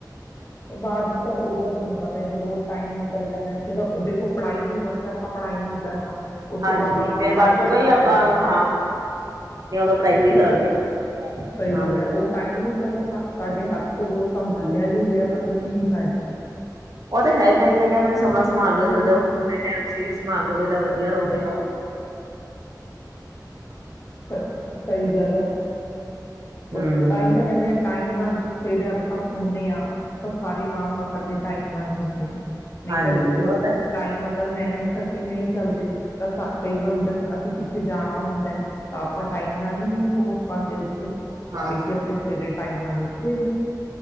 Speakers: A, on the left; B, on the right.
A: ਤੇ ਬਾਦ ਚ ਤਾਂ ਉਹ ਤਾਂ ਤੁਹਾਨੂੰ ਪਤਾ ਜਦੋਂ ਉਹ ਟਾਈਮ ਨਿਕਲ ਜਾਣਾ ਜਦੋਂ, ਦੇਖੋ ਪੜ੍ਹਾਈ ਦੀ ਉਮਰ ਚ ਆਪਾਂ ਪੜ੍ਹਾਈ ਨਹੀਂ ਕਰਨਾ ਉਸ
B: ਹਾਂਜੀ
A: ਤੋਂ ਬਾਅਦ ਆਪਾਂ
B: ਫਿਰ
A: ਪੜ੍ਹਾਈ
B: ਬਾਅਦ
A: ਕਿਵੇਂ
B: ਚੋਂ ਕੋਈ
A: ਕਰ
B: ਆਪਣਾ
A: ਲਾਂਗੇ।
B: ਪੜਾਈ ਕੋਈ ਕਰਾਂਗੇ
A: ਸਹੀ
B: ਹਾਂ
A: ਗੱਲ ਹੈ ਉਹ ਟਾਈਮ ਹੀ ਜਦੋਂ ਹ ਸਾਡੇ ਹੱਥ ਤੋਂ ਸੰਭਾਲੇ ਐਨੀ ਹ ਤਾਂ ਫਿਰ ਕੀ ਫਾਇਦਾ
B: ਉਹਦੇ ਹੈ ਤਾਂ ਹੀ ਕਹਿੰਦੇ ਆਪਣੇ ਸਮਾਂ ਸੰਭਾਲ ਲਓ ਸੀਰੀ ਸੰਭਾਲ ਲੋਗੇ ਤਾਂ ਵਧੀਆ ਹੋ ਗਿਆ
A: ਸਹੀ ਗੱਲ ਹੈ
B: ਹਮ
A: ਐ ਤਾਂ ਕਹਿੰਦੇ ਟਾਈਮ ਨਾਲ ਸਵੇਰੇ ਆਪਾਂ ਸੁਣਨੇ ਆ ਤਾਂ ਸਾਰੇ ਕੰਮ ਸਾਡੇ ਟਾਈਮ ਨਾਲ <unintelligible> ਨਹੀਂ
B: ਹਾਂਜੀ
A: ਤਾਂ ਦੇਖੋ
B: ਉਹ ਤਾਂ
A: ਟਾਈਮ ਅਗਰ ਮੈਨੇਜ ਕਰਕੇ ਨਹੀਂ। ਚੱਲਦੇ ਤਾਂ ਕਈ ਵਾਰ ਹੁੰਦੇ ਅਸੀਂ ਕਿੱਥੇ ਜਾਣਾ ਹੁੰਦਾ ਤਾਂ। ਆਪਾਂ ਟਾਈਮ ਨਾਲ ਹੀ ਪਹੁੰਚ ਪਾਉਂਦੇ ਉੱਥੇ। ਕਿਉਂਕਿ
B: ਹਾਂ
A: ਆਪਣੇ ਸਵੇਰੇ ਟਾਈਮ ਨਾਲ ਉੱਠਦੇ ਨਹੀਂ।